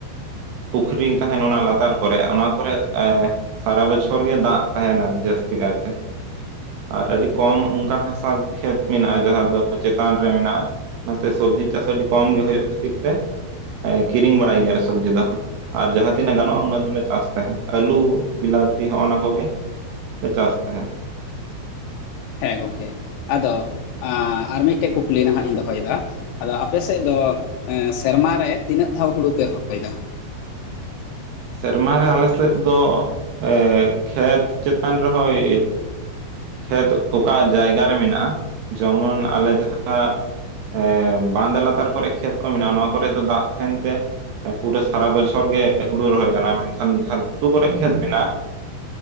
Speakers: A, on the right; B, on the left.
A: ᱯᱩᱠᱷᱨᱤ ᱛᱟᱦᱮᱱ ᱚᱱᱟ ᱞᱟᱛᱟᱨ ᱠᱚᱨᱮ ᱚᱱᱟ ᱠᱚᱨᱮ ᱮ ᱥᱟᱨᱟ ᱵᱚᱪᱷᱚᱨ ᱜᱮ ᱫᱟᱜ ᱛᱟᱦᱮᱱᱟ ᱡᱟᱹᱥᱛᱤ ᱠᱟᱭᱛᱮ ᱟᱨ ᱟᱹᱰᱤ ᱠᱚᱢ ᱚᱱᱠᱟᱱ ᱦᱟᱥᱟ ᱠᱷᱮᱛ ᱢᱮᱱᱟᱜᱼᱟ ᱡᱟᱦᱟᱸ ᱫᱚ ᱪᱮᱛᱟᱱ ᱨᱮ ᱢᱮᱱᱟᱜᱼᱟ ᱚᱱᱟᱛᱮ ᱥᱚᱵᱽᱡᱤ ᱪᱟᱥ ᱟᱹᱰᱤ ᱠᱚᱢ ᱜᱮ ᱦᱳᱭᱳᱜ ᱠᱷᱟᱹᱛᱤᱨ ᱛᱮ ᱠᱤᱨᱤᱧ ᱵᱟᱲᱟᱭ ᱜᱮᱭᱟᱞᱮ ᱥᱚᱵᱡᱤ ᱫᱚ ᱟᱨ ᱡᱟᱦᱟᱸ ᱛᱤᱱᱟᱹᱜ ᱜᱟᱱᱚᱜᱼᱟ ᱚᱱᱟ ᱫᱚᱞᱮ ᱪᱟᱥ ᱛᱟᱦᱮᱸᱫ ᱟᱹᱞᱩ ᱵᱞᱟᱛᱤ ᱦᱚᱜᱱᱟ ᱠᱚᱜᱮ ᱞᱮ ᱪᱟᱥ ᱛᱟᱦᱮᱸᱜ
B: ᱦᱮᱸ ᱜᱚᱝᱠᱮ ᱟᱫᱚ ᱟᱨ ᱢᱤᱫᱴᱮᱡ ᱠᱩᱠᱞᱤ ᱱᱟᱦᱟᱜ ᱤᱧ ᱫᱚᱦᱚᱭᱫᱟ ᱟᱫᱚ ᱟᱯᱮ ᱥᱮᱫ ᱫᱚ ᱥᱮᱨᱢᱟᱨᱮ ᱛᱤᱱᱟᱹᱜ ᱫᱷᱟᱣ ᱦᱩᱲᱩ ᱯᱮ ᱨᱚᱦᱚᱭᱫᱟ
A: ᱥᱮᱨᱢᱟᱟᱨ ᱨᱮ ᱟᱞᱮ ᱥᱮᱫ ᱫᱚ ᱮ ᱠᱷᱮᱛ ᱪᱮᱛᱟᱱ ᱨᱮᱦᱚᱸ ᱚᱭ ᱠᱷᱮᱛ ᱚᱠᱟ ᱡᱟᱭᱜᱟ ᱨᱮ ᱢᱮᱱᱟᱜᱼᱟ ᱡᱮᱢᱚᱱ ᱟᱞᱮ ᱡᱟᱦᱟᱸ ᱮᱢ᱾ ᱵᱟᱸᱫ ᱞᱟᱛᱟᱨ ᱠᱚᱨᱮᱜ ᱠᱷᱮᱛ ᱠᱚ ᱢᱮᱱᱟᱜᱼᱟ ᱱᱚᱣᱟ ᱠᱚᱨᱮ ᱫᱚ ᱫᱟᱜ ᱛᱟᱦᱮᱱ ᱛᱮ ᱯᱩᱨᱟᱹ ᱥᱟᱨᱟ ᱵᱚᱪᱷᱚᱨ ᱜᱮ- ᱦᱩᱲᱩ ᱨᱚᱦᱚᱭ ᱜᱟᱱᱚ-ᱟ ᱢᱮᱱᱠᱷᱟᱱ ᱡᱟᱦᱟᱸ ᱜᱷᱩᱴᱩ ᱠᱚᱨᱮᱜ ᱠᱷᱮᱛ ᱢᱮᱱᱟᱜ-ᱟ